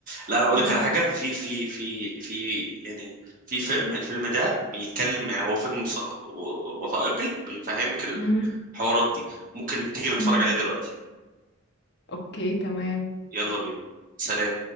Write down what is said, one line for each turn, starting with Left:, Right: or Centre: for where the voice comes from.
Right: لا انا اقول
Left: آه.
Right: لك على حاجه في في في في يعني في فيلم الفيلم ده بيتكلم يعني هو فيلم وث- وثائقي بيفهمك
Left: مم.
Right: الحوارات دي ممكن تيجي نتفرج
Left: مم.
Right: عليه دلوقتي
Left: اوكي تمام
Right: يلا بينا سلام